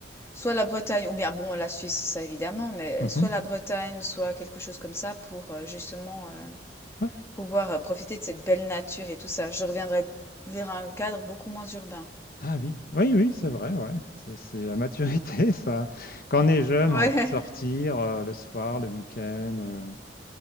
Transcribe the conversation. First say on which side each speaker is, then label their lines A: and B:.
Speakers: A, on the left (about 15°); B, on the left (about 55°).
A: soit la Bretagne ou bien bon la Suisse, ça évidemment, mais
B: Mhm.
A: soit la Bretagne, soit quelque chose comme ça pour, heu, justement, heu,
B: Ouais.
A: pouvoir, heu, profiter de cette belle nature et tout ça. Je reviendrais vers un cadre beaucoup moins urbain.
B: Ah oui, oui, oui, c'est vrai, ouais. C'est c'est la maturité, <laughs> ça. Quand on est jeune,
A: Ouais.
B: on a envie de sortir euh, le soir, le week-end. euh,